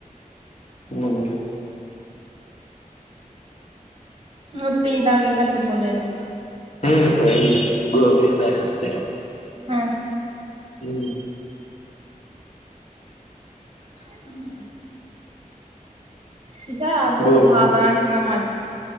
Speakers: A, on the left; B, on the right.
A: హు హు
B: నువ్వు టీ తాగేకి అట్లా పోలేదా
A: హు హు గో అవే <unintelligible>
B: ఆ
A: హుమ్
B: ఉ విసార్ ఆ బలే
A: గోబీ
B: పాపనా చిన్నమాక